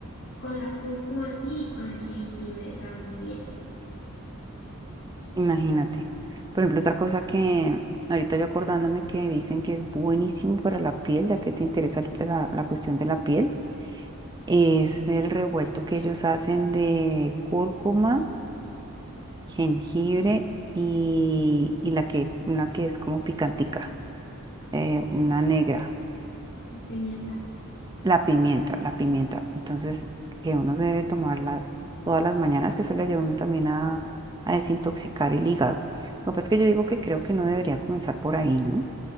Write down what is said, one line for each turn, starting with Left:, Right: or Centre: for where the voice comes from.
Left: Con la cúrcuma sí y con el jengibre también.
Right: Imagínate. Por ejemplo, otra cosa que ahorita yo acordándome que dicen que es buenísimo para la piel, ya que te interesa el- la, la cuestión de la piel, es el revuelto que ellos hacen de cúrcuma, jengibre y, y la que, una que es como picantica, eh, una negra,
Left: ¿Pimienta?
Right: la pimienta, la pimienta. Entonces, que uno debe tomarla todas las mañanas, que eso le ayuda a uno también a, a desintoxicar el hígado. Lo que pasa es que yo digo que creo que no debería comenzar por ahí, ¿no?